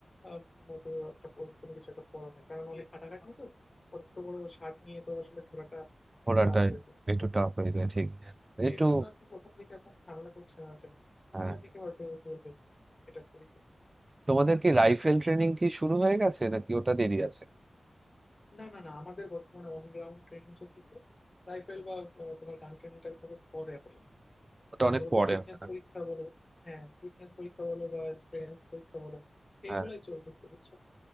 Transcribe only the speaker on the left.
আহ, মতো একটা পর- কোনো কিছু একটা পরা হয় কারণ অনেক হাঁটাঘাটি তো অত বড় শার্ট নিয়ে তো আসলে ঘোরাটা
একটু টাফ হয়ে যায়
তখন।
তো
এই জন্য আর কি প্রথম দিকে এখন ঝামেলা করছে না এটা নিয়ে
পরের দিকে হয়তো বলবে যে এটা করি করি।
না না না আমাদের বর্তমানে অন গ্রাউন্ড ট্রেনিং চলতেছে রাইফেল বা আহ, তোমার গান ট্রেনিংটা হলো পরে আপাতত
আপাতত
ফিটনেস
পরীক্ষা বলো হ্যাঁ ফিটনেস পরীক্ষা বলো বা স্ট্রেংথ পরীক্ষা বলো এইগুলাই
চলতেছে বুঝছো